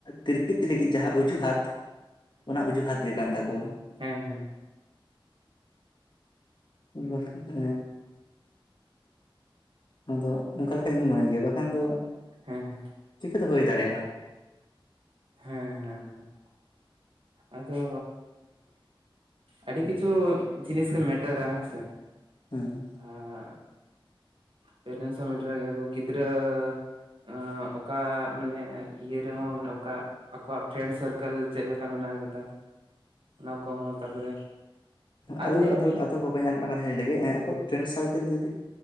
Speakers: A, on the left; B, on the right.
A: ᱛᱤᱨᱯᱤᱛ ᱞᱟᱹᱜᱤᱫ ᱡᱟᱦᱟᱸ ᱚᱡᱩᱦᱟᱛ ᱚᱱᱟ ᱚᱡᱩᱦᱟᱛ ᱜᱮ ᱠᱟᱱ ᱛᱟᱠᱚᱣᱟ᱾
B: ᱦᱮᱸᱻᱦᱮᱸ᱾
A: ᱵᱟᱛ ᱠᱟᱛᱮ ᱟᱫᱚ ᱚᱱᱠᱟ ᱞᱮᱠᱟ ᱤᱧ ᱢᱚᱱᱮ ᱜᱮᱭᱟ᱾ ᱵᱟᱠᱷᱟᱱ ᱫᱚ
B: ᱦᱮᱸ ᱦᱮᱸ
A: ᱪᱤᱠᱟᱹᱛᱮ ᱦᱩᱭ ᱫᱟᱲᱮᱭᱟᱜᱼᱟ?
B: ᱦᱮᱸᱻᱦᱮᱸᱻᱮᱸ, ᱟᱫᱚ ᱟᱹᱰᱤ ᱠᱤᱪᱷᱩ ᱡᱤᱱᱤᱥ ᱜᱮ ᱢᱮᱴᱟᱨᱟ ᱦᱮᱸᱥᱮ᱾
A: ᱦᱮᱸ
B: ᱟᱻ ᱟᱻᱟ ᱯᱮᱨᱮᱴᱥ ᱦᱚ ᱢᱮᱴᱟᱨ ᱜᱮᱭᱟ ᱠᱚ ᱜᱤᱫᱽᱨᱟᱹ ᱟᱻ ᱚᱠᱟ ᱢᱟᱱᱮ ᱤᱭᱟᱹ ᱨᱮᱦᱚᱸ ᱢᱟᱱᱮ ᱚᱠᱟ ᱟᱠᱚᱣᱟᱜ ᱯᱷᱨᱮᱱᱰ ᱥᱟᱨᱠᱮᱞ ᱪᱮᱫ ᱞᱮᱠᱟ ᱢᱮᱱᱟᱜ ᱟᱠᱟᱫᱟ᱾ ᱚᱱᱟ ᱠᱚᱦᱚᱸ ᱛᱟᱯᱚᱨᱮ ᱟᱨ
A: ᱟᱫᱚ
B: ᱧᱮᱞ
A: ᱟᱫᱚ
B: ᱵᱤᱱ᱾
A: ᱟᱫᱚ ᱟᱨ ᱢᱤᱫᱴᱟᱝ ᱠᱟᱛᱷᱟᱧ ᱞᱟᱹᱭ ᱞᱮᱜᱮ
B: ᱦᱩᱸ
A: ᱯᱷᱨᱮᱱᱰ ᱥᱟᱨᱠᱮᱞ ᱡᱩᱫᱤ